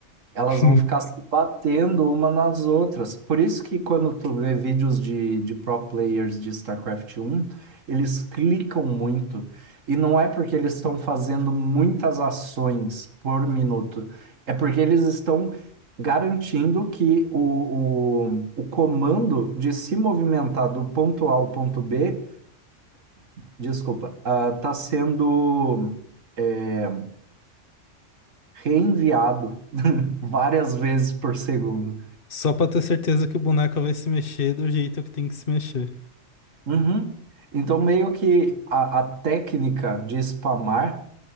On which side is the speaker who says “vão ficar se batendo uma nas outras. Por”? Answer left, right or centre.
Right